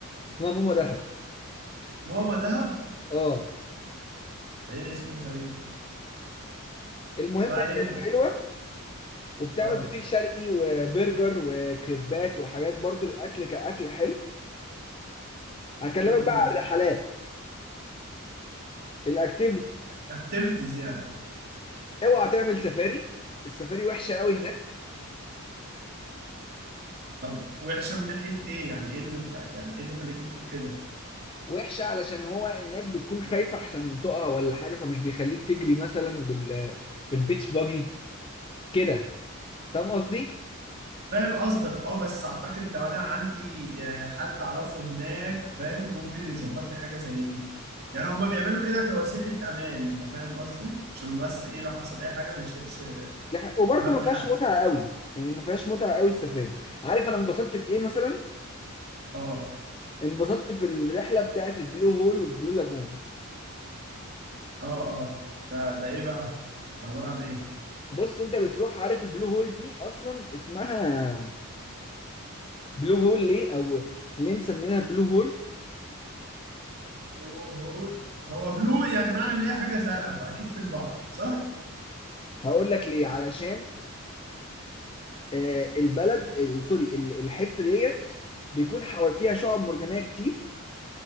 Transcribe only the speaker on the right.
ماما دهب
ده ايه الاسم الغريب ده
ما
علينا
اه
امم
اكتيفيتيز يعني
طب وحشه من ناحيه ايه يعني ايه اللي مخ... يعني ايه اللي خليك بتقول كده
فاهم قصدك اه بس اعتقد لو انا عندي آه، حد اعرفه هناك فاهم ممكن يظبط لي حاجه زي دي يعني هما بيعملوا كده كوسيلة أمان أنت فاهم قصدي؟ عشان بس إيه لو حصل أي حاجة ما يشيلش
اهم
حد
اه
اه اه ده ده ايه بقى ده عباره عن ايه
بلو هول هو بلو يعني معنى اللي هي حاجه زرقاء فاكيد في البحر صح